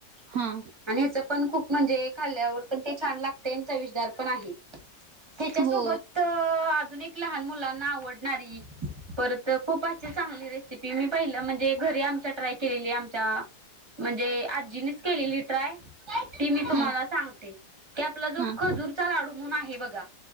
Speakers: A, on the right (about 70°); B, on the right (about 15°).
A: हा
B: आणि ह्याच पण खूप म्हणजे खाल्ल्यावर पण ते छान लागते चविषदार पण आहे. त्याच्यासोबत
A: हो
B: अनेक लहान मुलांना आवडणारी परत खूप अशी चांगली रेसिपी मी पाहिलं म्हणजे घरी घरी आमच्या ट्राय केलेली आमच्या म्हणजे आजींनीच केलेली ट्राय ती मी तुम्हाला
A: हा
B: सांगते ते आपला
A: हा
B: खजूरचा लाडू म्हणून आहे बघा